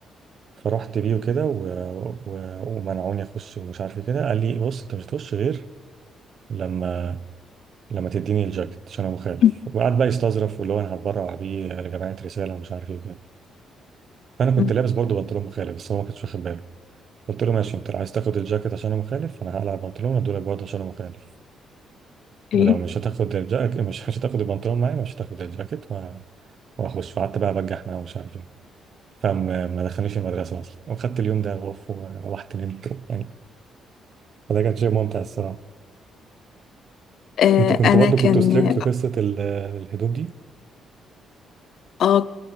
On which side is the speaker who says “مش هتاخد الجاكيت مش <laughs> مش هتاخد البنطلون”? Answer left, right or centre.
Right